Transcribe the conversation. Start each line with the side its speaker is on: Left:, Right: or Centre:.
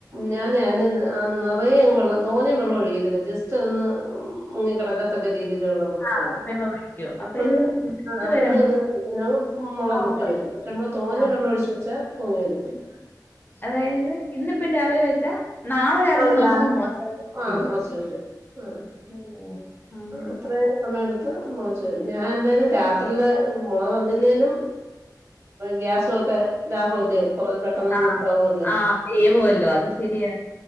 Right: ഞാന് അ നിറയെ വെള്ളം തോനെ വെള്ളം ഒഴിക്കത്തില്ല ജസ് ത്ത് നിന്ന് കിടക്കത്തക്ക രീതിയിൽ വെള്ളം വെക്കത്തുള്ളൂ.
Left: ആഹ് വെള്ളം ഒഴിക്കും
Right: അപ്പോഴ
Left: അപ്പൊ ഇത് മൂത്ത്
Right: ആ അപ്പഴും
Left: വരുമ്പോ
Right: അത് പിന്നെ മുള
Left: അതങ്ങ്
Right: പൊട്ടി
Left: വറ്റിക്കും.
Right: വരും പക്ഷെ നമ്മള് തോനെ
Left: ആഹ്
Right: വെള്ളം ഒഴിച്ച് വെച്ചാ പൊങ്ങി വരത്തില്ല.
Left: അതായത് ഇന്നിപ്പം രാവിലെ വെച്ചാ രാവിലെ
Right: നാളെ
Left: നോക്കുമ്പോ മൊളച്ചിരിക്കുവേ.
Right: ആ മുളച്ച് വരും ആ
Left: ഓഹ് അങ്ങനെ
Right: അത്ര സമയം എടുത് മുളച്ച് ഞാൻ എന്തായാലും രാത്രിയിൽ മുള വന്നില്ലേലും ഗ്യാസുംക്കെ ലാഭല്ലേ കൊറ പെട്ടെന്ന്
Left: ആഹ്
Right: കുക്കാവുല്ലേ
Left: ആഹ് വേവുവല്ലോ അത് ശരിയാണ്.